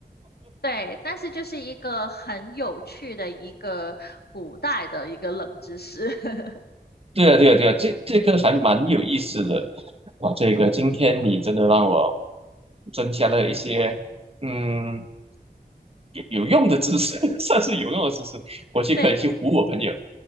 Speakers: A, on the left; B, on the right.
A: 对，但是就是一个很有趣的一个古代的一个冷知识。<laughs>
B: 对啊对啊对啊，这这个还蛮有意思的啊，这个今天你真的让我增加了一些嗯。有有用的知识，<laughs> 算是有用的知识，回去可以去唬我朋友。
A: 对，